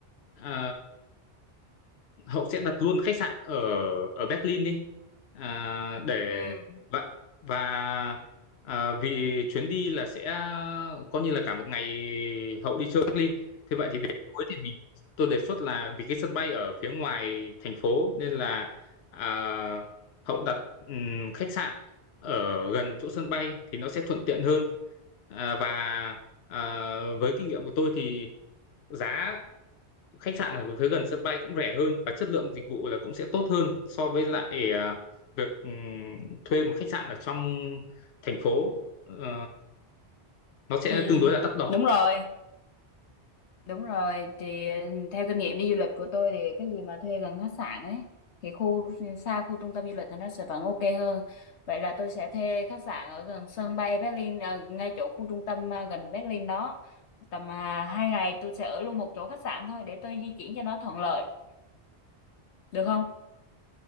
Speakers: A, on the left; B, on the left.
A: ờ, Hậu sẽ đặt luôn khách sạn ở ở Berlin đi à, để
B: ừ
A: và và à, vì chuyến đi là sẽ coi như là cả một ngày Hậu đi chơi Berlin thế vậy thì đến tối thì mình tôi đề xuất là vì cái sân bay ở phía ngoài thành phố nên là à, Hậu đặt ừm, khách sạn ở gần chỗ sân bay thì nó sẽ thuận tiện hơn à, và À, với kinh nghiệm của tôi thì giá khách sạn ở phía gần sân bay cũng rẻ hơn và chất lượng dịch vụ là cũng sẽ tốt hơn so với lại à, việc ừm, thuê một khách sạn ở trong thành phố Ờ, nó sẽ
B: ừ
A: tương đối là đắt đỏ.
B: đúng rồi đúng rồi thì ờ, theo kinh nghiệm đi du lịch của tôi thì cái gì mà thuê gần khách sạn ấy thì khu xa khu trung tâm du lịch thì nó sẽ vẫn ok hơn vậy là tôi sẽ thuê khách sạn ở gần sân bay Berlin ờ, ngay chỗ khu trung tâm ờ, gần Berlin đó tầm uh, hai ngày tôi sẽ ở luôn một chỗ khách sạn thôi để tôi di chuyển cho nó thuận lợi được không